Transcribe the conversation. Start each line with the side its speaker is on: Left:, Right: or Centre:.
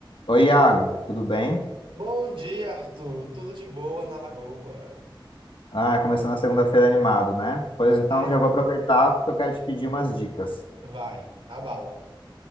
Left: Oi, Iago, tudo bem?
Right: Bom dia, Arthur. Tudo de boa na Lagoa.
Left: Ah, começando a segunda-feira animado, né? Pois então
Right: Ai,
Left: já vou aproveitar porque eu quero te pedir umas dicas.
Right: vai, a bala.